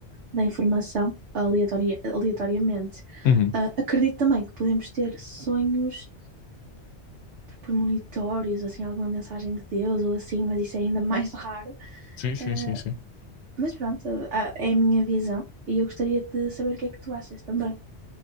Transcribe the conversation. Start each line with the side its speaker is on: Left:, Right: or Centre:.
Right: da informação aleatoria, aleatoriamente.
Left: uhum.
Right: Ah, acredito também que podemos ter sonhos premonitórios, assim, alguma mensagem de Deus ou assim, mas isso é ainda <laughs> mais raro.
Left: Sim, sim,
Right: Ah,
Left: sim, sim.
Right: Mas pronto, a- é a minha visão e eu gostaria de saber o que é que tu achas também.